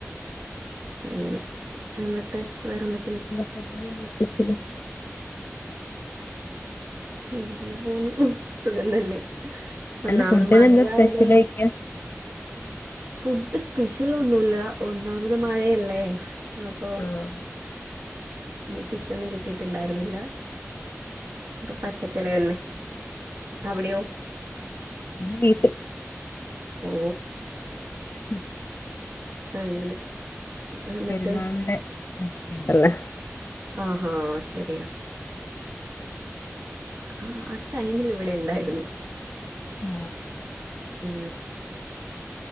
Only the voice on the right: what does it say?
അങ്ങനെ എന്നിട്ട് വേറെന്തെ
ഇങ്ങനെ പോന്നു സുഖം തന്നെ ഒന്നാമത്
മഴയായതോ
ഫുഡ് സ്പെഷ്യൽ ഒന്നുല്ല ഒന്നാമത് മഴയല്ലേ അപ്പൊ
ഫിഷ് ഒന്നും കിട്ടിട്ടുണ്ടാരുന്നില്ല അപ്പൊ പച്ചക്കറി തന്നെ അവിടെയൊ
ഓ
അങ്ങനെ എന്നിട്ട്
ആഹാ ശരിയാ ആഹ് ആഹ് ടൈമിൽ ഇവിടെ ഇണ്ടായിരുന്നു
ഉം